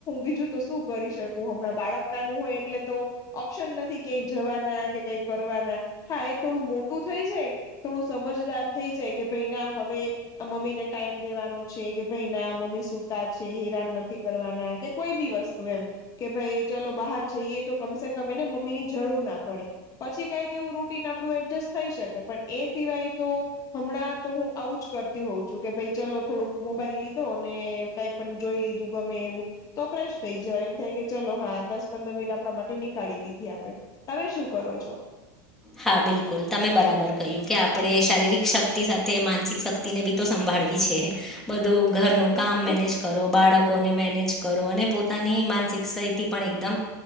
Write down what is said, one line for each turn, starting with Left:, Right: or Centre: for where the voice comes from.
Left: બીજું તો શું કરી શકું હમણાં બાળક નાનું હોય. એટલે તો ઓપ્શન નથી કય જવાના કઈ કરવાના હા એ થોડું મોટું થઈ જાય થોડું સમજદાર થઈ જાય કે ભાઈ ના હવે મમ્મી ને ટાઈમ દેવાનો છે, કે ભાઈ ના મમ્મી સતા છે, હેરાન નથી કરવાના કોઈ બી વસ્તુ એમ કે ભાઈ ચલો બહાર જઈએ, તો કમસે કમ એને મમ્મી ની જરૂર ના પડે. પછી કઈક એવું રૂટીન આપણું એડજસ્ટ થઈ શકે પણ એ સિવાય તો હમણાં તો હું આવું છ કરતી હોઉ છું કે ભાઈ ચલો થોડુંક મોબાઈલ લીધો ને કઈ પણ જોઈ લીધું ગમે એવું તો ફેશ થઈ જ એમ થાય કે ચલો હા દસ પંદર મિનિટ આપણા માટે નીકાળી દીધી આપણે તમે શું કરો છો
Centre: હા બિલકુલ તમે બરાબર કહ્યું કે આપણે શારીરિક શક્તિ સાથે માનસિક શક્તિ ને બી તો સંભાળ છે બધું ઘરનું
Left: બિલકુલ
Centre: કામ મેનેજ કરો બાળકોને મેનેજ કરો અને પોતાની માનસિક સ્િત પણ એકદમ